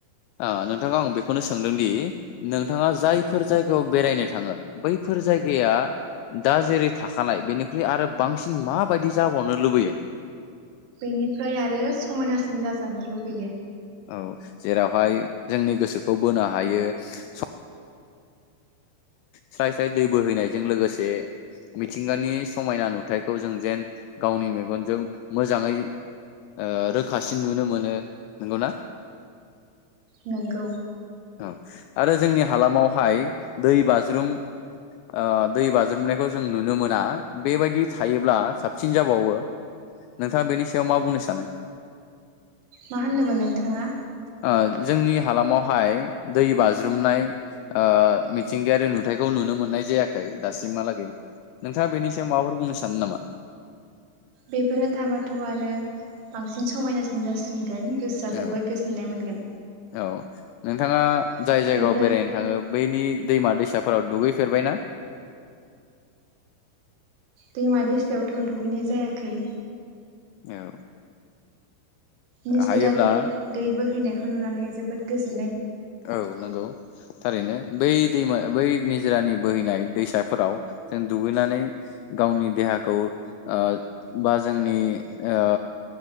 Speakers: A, on the left; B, on the right.
A: ओ नोंथाङा आं बेखौनो सोंदोंदि नोंथाङा जायफोर जायगायाव बेरायनो थाङो बैफोर जायगाया दा जेरै थाखानाय बेनिख्रुइ आरो बांसिन माबायदि जाबावनो लुबैयो?
B: बेनिफ्राय आरो समायनासिन जाजानो लुगैयो।
A: औ जेरावहाय जोंनि गोसोखौ बोनो हायो सम स्राय स्राय दै बोहैनायजों लोगोसे मिथिंगानि समायना नुथायखौ जों जेन गावनि मेगनजों मोजाङै ओ रोखासिन नुनो मोनो। नंगौना?
B: नंगौ।
A: औ आरो जोंनि हालामावहाय दै बा ज्रुम ओ दै बाज्रुमनायखौ जों नुनो मोना बेबायदि थायोब्ला साबसिन जाबावो। नोंथाङा बेनि सायाव मा बुंनो सानो।
B: मा होनदोंमोन नोंथाङा?
A: ओ जोंनि हालामावहाय दै बाज्रुमनाय ओ मिथिंगायारि नु थाइखौ नुनो मोननाय जायाखै दासिमहालागै नोंथाङा बेनि सायाव माबाफोर बुंनो सानो नामा।
B: बेफोरो थाबाथ' आरो बांसिन समायनासिन जासिनगोन। गोसोआ जोबोद
A: औ
B: गोजोननाय मोनगोन
A: -औ नोंथाङा जाय जायगायाव
B: बेफोर
A: बेरायनो थाङो बैनि दैमा दै साफोराव दुगैफेरबायना?
B: दैमा दैसायावथ' दुगैनाय जायाखै।
A: औ।
B: निजोरानि
A: हायोब्ला
B: दै बोहैनायखौ नुनानै जोबोद गोजोन
A: औ नंगौ थारैनो। बै दैमा बै निजोरानि बोहैनाय दैसाफोराव जों दुगैनानै गावनि देहाखौ ओ बा जोंनि ओ